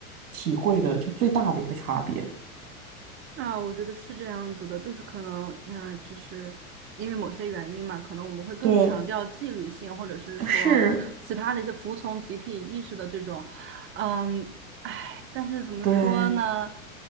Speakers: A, on the right; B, on the right.
A: 体会的就最大的一个差别。
B: 啊，我觉得是这样子的，就是可能，啊，就是因为某些原因嘛，可能我们会更强调纪律性，
A: 对，
B: 或者是说其他的一些服从集体意识的这种，
A: 是，
B: 嗯，哎，但是怎么说呢？
A: 对，